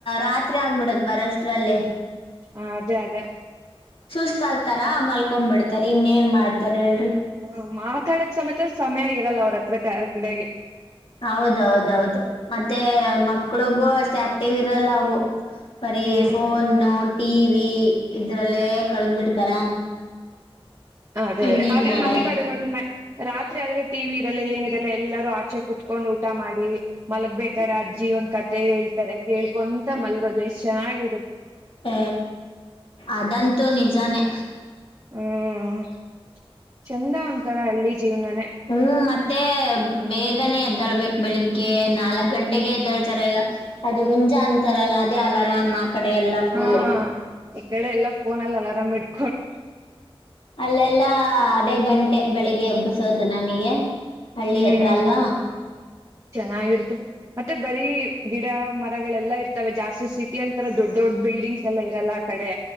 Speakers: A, on the left; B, on the right.
A: ರಾತ್ರಿ ಆಗ್ಬಿಡದ ಬರಷ್ಟ್ರಲ್ಲಿ
B: ಹ ಅದೇ ಅದೇ
A: ಸುಸ್ತಾತಾರ ಮಲ್ಕೊ ಬಿಡ್ತಾರ ಇನ್ನ ಏನ್ ಮಾಡ್ತಾರ ಹೇಳ್ರಿ
B: ಹ್ಮ ಮಾತಾಡಕೆ ಸಮೇತ ಸಮಯ ಇರಲ್ಲ ಅವ್ರ ಹತ್ರ ಕಡೆಗೆ
A: ಹೌದೌದೌದು ಮತ್ತೆ ಮಕ್ಳಿಗೂ ಅಷ್ಟೇ ಆಕ್ಟಿವ್ ಇರಲ್ಲ ಅವು ಬರಿ
B: ಹ್ಮ
A: ಫೋನ್ ಟಿ ವಿ ಇದ್ರಲ್ಲೇ ಕಳದ್ ಬಿಡ್ತಾರ
B: ಅದೇ
A: ಇನ್ನೇನ್
B: ಅದೇ ಆದ್ರೆ
A: ಮಾಡೋದು
B: ನಮ್ ಕಡೆ ನೋಡಿರ ರಾತ್ರಿ ಆದ್ರೆ ಟಿ ವಿ ಇರಲ್ಲ ಏನ ಇದೆಲ್ಲ ಎಲ್ಲರೂ ಆಚೆ ಕುೂತ್ಕೊಂಡ್ ಊಟ ಮಾಡಿ ಮಲಗ್ಬೇಕಾದಾರೆ ಅಜ್ಜಿ ಒಂದ್ ಕತೆ ಹೇಳ್ತಾರೆ ಕೇಳ್ಕೊಂತ ಮಲ್ಗೋ ಎಷ್ಟು ಚೆನ್ನಾಗಿ
A: ಹ ಅದಂತಂತು ನಿಜಾನೆ
B: ಹ್ಮ್ ಚಂದ ಒಂತರಾ ಹಳ್ಳಿ ಜೀವ್ನನೇ
A: ಹ್ಮ್ ಮತ್ತೆ ಬೇಗನೆೇ ಎದ್ದಾಳ್ಬೇಕ್ ಬೆಳಿಗ್ಗೆ ನಾಲ್ಕ್ ಗಂಟೆಗೆ ಎದ್ದಾಳ್ತಾರೆ ಈಗ ಅದು ಹುಂಜಾ ಅಂತಾರಲ್ಲ ಅದೇ ಅಲಾರಾಮ್ ಆ ಕಡೆ ಎಲ್ಲಾ ಫುಲ್ಲು
B: ಹಾ ಈ ಕಡೆ ಎಲ್ಲಫೋನ ಅಲ್ಲಿ ಅಲಾರಾಮ್ ಇಡ್
A: ಅಲ್ಲೆಲ್ಲ ಅದೇ ಗಂಟೆ ಬೆಳಿಗ್ಗೆ ಎಬ್ಬಿಸೋದು ನಮಗೆ ಹಳ್ಳಿ
B: ಹ್ಮ್
A: ಹತ್ರ ಅಲ್ವಾ
B: ಚೆನ್ನಾಗಿರುತ್ತೆ ಮತ್ತೆ ಬರೀ ಗಿಡ ಮರಗಳೆಲ್ಲಾ ಇರ್ತವೆ ಜಾಸ್ತಿ ಸೀಟೀ ಅಲ್ಲಿ ತರ ದೊಡ್ಡ ದೊಡ್ಡ ಬಿಲ್ ಎಲ್ಲ ಇರಲ್ಲ ಆ ಕಡೆ